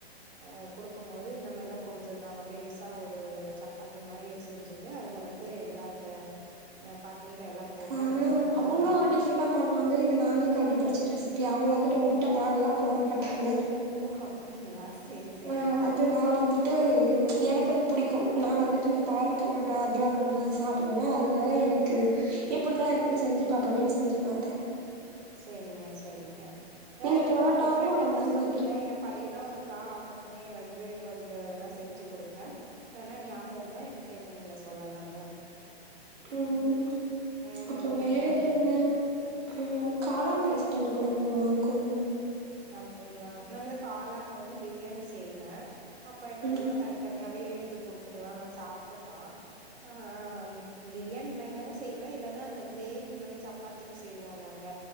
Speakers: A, on the right; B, on the right.
A: அ குடுக்கும் போது இந்த மாரிதா குடுத்துருந்தாங்க பெருசா ஒரு சப்பாத்தி மாரி செஞ்சுட்டு அதுல வந்து எல்லா இந்த அ பன்னீர் எல்லா போட்டு
B: ஆனா
A: நல்லா குடுத்துருந்தாங்க.
B: அவுங்க ஒரு டிஃப்ரெண்டா பண்ணுவாங்க இது நானே கண்டுபுடிச்ச
A: ம்
B: ரெசிபி அவுங்க வந்துட்டு முட்ட பால்லா போட மாட்டாங்க
A: ஓ அப்டிங்களா சேரி சேரிங்க.
B: ஆ அது நா வந்துட்டு எனக்கு அது புடிக்கும் நா வந்துட்டு இந்த பால் பொரோட்டா அதெல்லா ரொம்ப சாப்டுவேனா அதுனால எனக்கு எப்டிதா இருக்குன்
A: சேரி
B: செஞ்சு
A: சேரிங்க.
B: பாப்போமேன் செஞ்சு பாத்தே
A: சேரிங்க சேரிங்க வேற
B: நீங்க
A: எதன்னா
B: பரோட்டாவும்
A: டிஃப்ரெண்டா இருந்தா
B: இந்த
A: சொல்லுங்க
B: மாதிரி
A: ஏ பையனு இருக்கா அவனுக்குமே வந்து ப இந்த இதலா செஞ்சு குடுப்பே எனா ஞாபருந்தா என்கிட்ட இப்ப நீங்க சொல்லலாங்க
B: உம்
A: வேற
B: அப்புறோ
A: எதனா
B: வேற
A: ஞாபகோ இருக்கு
B: என்ன ம் காளான் டேஸ் பண்ணிக் குடுங்க நல்லா இருக்கும்
A: அப்டிங்ளா நாந்த காளான்ல வந்து பிரியாணி செய்வே அப்ப என்ன
B: ம்
A: பண்ணுவ தனி தனியாவே எடுத் து குடுத்துடுவே அவ சாப்ட்டுப்பா ஆ பிரியாணி மாரி தாங்க செய்வே இல்லனா அந்த க்ரேவி மாரி சப்பாத்திக்கு செய்வோல்லங்க